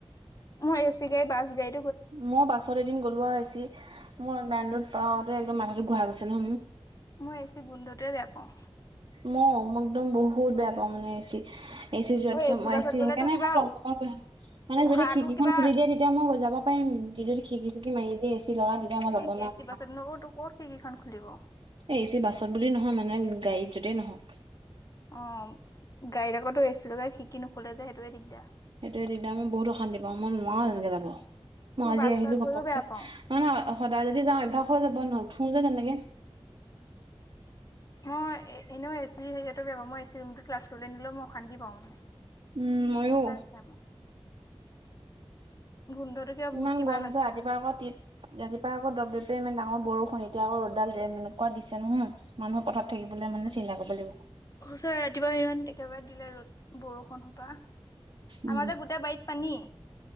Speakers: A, on the left; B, on the right.
A: মই এ চি গাড়ী বাছ গাড়ী
B: মো বাছত এদিন গ'লো আৰু এ চি মই <inaudible> পাওঁতে একদম মাথাটো ঘূৰাই গৈছে নহয় মোৰ।
A: মই এ চিত গোন্ধটোৱে বেয়া পাওঁ।
B: মও একদম বহুত বেয়া পাওঁ মানে এ চি এ চি যোৱাতকে,
A: অ
B: মই
A: বাছত
B: এ চি
A: গ'লেতো
B: সেইকাৰণে
A: কিবা
B: মই টমটমত গৈ আহোঁ। মানে
A: উশাহটো
B: যদি খিৰকিখন
A: কিবা
B: খুলি দিয়ে তেতিয়া মই যাব পাৰিম, কিন্তু যদি খিৰকি চিতকি মাৰি দিয়ে, এ চি লগাই তেতিয়া মই
A: এ
B: যাব নোৱাৰো।
A: এ চি বাছতনো তোক ক'ত খিৰকিখন খুলিব।
B: এ, এ চি বাছত বুলি নহয়, মানে গাড়ীত য'তেই নহওঁক।
A: অ' গাড়ীত আকৌ এ চি লগাই খিৰিকি নুখুলে যে সেইটোৱে দিগদাৰ।
B: সেইটোৱে দিগদাৰ, মই বহুত অশান্তি পাওঁ, মই নোৱাৰো এনেকে যাব। মই আজি
A: বাছত
B: আহিলোঁ
A: গৈও
B: ঘপককে।
A: বেয়া
B: নহয়
A: পাওঁ
B: নহয় সদায় যদি যাওঁ অভ্যাস হৈ যাব, নুঠো যে তেনেকে।
A: অ' এনেও এ চি হেৰিয়াটো বেয়া পাওঁ। মই এ চি ৰুমত ক্লাছ কৰিবলৈ দিলেও মই অশান্তি পাওঁ মানে।
B: উম, ময়ো।
A: মাথা বিষাই মোৰ গোন্ধটো কিবা বহুত
B: ইমান
A: কিবা
B: গৰম
A: লাগে।
B: হৈছে ৰাতিপুৱা আকৌ তিত ৰাতিপুৱা আকৌ দপদপীয়া মানে ডাঙৰ বৰষুণ, এতিয়া আকৌ ৰ'দডাল এনেকুৱা দিছে নহয়। মানু্হে পথাৰত থাকিবলে মানে চিন্তা কৰিব লাগিব।
A: সঁচাই ৰাতিপুৱা ইমান একেবাৰে দিলে ৰ'দ, বৰষুণ সোপা। আমাৰ
B: উম।
A: যে গোটেই বাৰীত পানী।